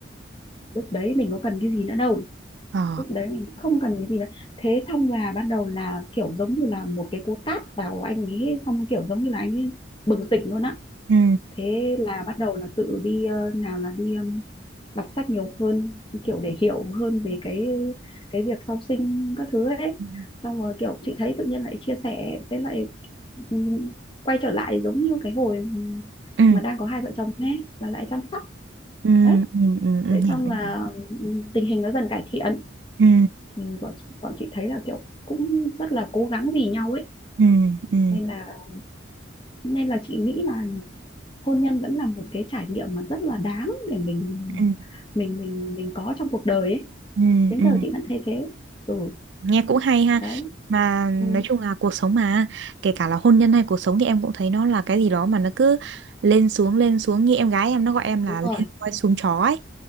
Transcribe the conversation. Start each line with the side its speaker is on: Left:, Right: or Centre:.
Left: lúc đấy mình có cần cái gì nữa đâu
Right: ờ
Left: lúc đấy mình không cần cái gì cả thế xong là ban đầu là kiểu giống như là một cái cú tát vào anh ấy xong kiểu giống như là anh ấy bừng tỉnh luôn á
Right: ừ
Left: thế là bắt đầu là tự đi ờ, nào là đi ừm, đọc sách nhiều hơn kiểu để hiểu hơn về cái cái việc sau sinh các thứ ấy
Right: ừ
Left: xong rồi kiểu chị thấy tự nhiên lại chia sẻ với lại ừm, quay trở lại giống như cái hồi ừm,
Right: ừ
Left: mà đang có hai vợ chồng ấy là lại chăm sóc
Right: ừ
Left: đấy
Right: ừ ừ
Left: thế
Right: hiểu,
Left: xong
Right: em
Left: là
Right: hiểu.
Left: ừm, tình hình nó dần cải thiện
Right: ừ
Left: thì bọn chị, bọn chị thấy là kiểu cũng rất là cố gắng vì nhau ấy
Right: ừ ừ
Left: nên là nên là chị nghĩ là hôn nhân vẫn là một cái trải nghiệm mà rất là đáng để mình
Right: ừ
Left: mình mình mình có trong cuộc đời ấy
Right: ừ
Left: đến
Right: ừ.
Left: giờ chị vẫn thấy thế ừ
Right: nghe cũng hay ha
Left: đấy
Right: mà nói
Left: ừ,
Right: chung là cuộc sống mà kể cả là hôn nhân hay cuộc sống thì em cũng thấy nó là cái gì đó mà nó cứ lên xuống lên xuống như em gái em nó gọi em là
Left: đúng rồi
Right: lên voi xuống chó ấy